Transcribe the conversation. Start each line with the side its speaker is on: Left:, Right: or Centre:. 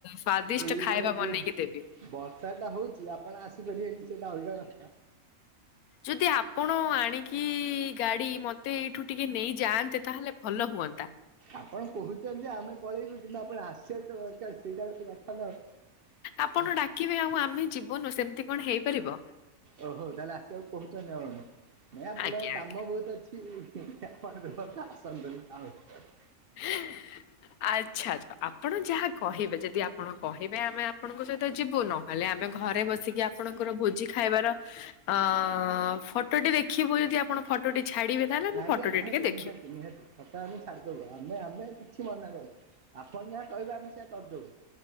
Left: ସ୍ଵାଦିଷ୍ଟ
Right: ଏଇଭଳିଆ
Left: ଖାଇବା
Right: ଯୋଉ
Left: ବନେଇକି ଦେବି।
Right: ବର୍ଷା ଟା ହଉଚି ଆପଣ ଆସିପାରିବେନି ସେଇଟା ଅଲଗା କଥା।
Left: ଯଦି ଆପଣ ଆଣିକି ଗାଡି ମତେ ଏଇଠୁ ଟିକେ ନେଇ- ଯାଆନ୍ତେ ତାହେଲେ ଭଲ ହୁଅନ୍ତା।
Right: ଆପଣ କହୁଛନ୍ତି, ଆମେ ପଳେଇବୁ କିନ୍ତୁ ଆପଣ ଆସିଆ ବି ତ ଦରକାର ସେଇଟା ହଉଚି କଥା ନା।
Left: ଆପଣ
Right: ଆଉ।
Left: ଡାକିବେ ଆଉ ଆମେ ଯିବୁନୁ ସେମିତି କଣ ହେଇପାରିବ?
Right: ଓହୋ ତାହେଲେ ଆସିବାକୁ କହୁଛନ୍ତି ଆପଣ ନାଇଁ ଆପଣଙ୍କ
Left: ଆଜ୍ଞା ଆଜ୍ଞା
Right: କାମ ବହୁତ ଅଛି। ହିଁ ହିଁ <unintelligible>
Left: <unintelligible> ଆଚ୍ଛା ଆଛା। ଆପଣ ଯାହା କହିବେ ଯଦି ଆପଣ କହିବେ ଆମେ ଆପଣଙ୍କ ସହିତ ଯିବୁନୁ ହେଲେ ଆମେ ଘରେ ବସିକି ଆପଣଙ୍କର ଭୋଜି ଖାଇବାର ଅଁ ଫଟୋ ଟେ ଦେଖିବୁ ଯଦି ଆପଣ ଫଟୋ ଟି ଛାଡିବେ। ତାହେଲେ ଆମେ
Right: ଆଜ୍ଞା
Left: ଫଟୋଟି
Right: ନିହାତି
Left: ଟିକେ ଦେଖିବୁ।
Right: ନିହାତି ନିହାତି। ଫଟ ଆମେ ଛାଡ଼ିଦେବୁ ଆମେ ଆମେ କିଛି ମନା କରିନୁ ଆପଣ ଯାହା କହିବେ ଆମେ ସେଇଆ କରିଦବୁ।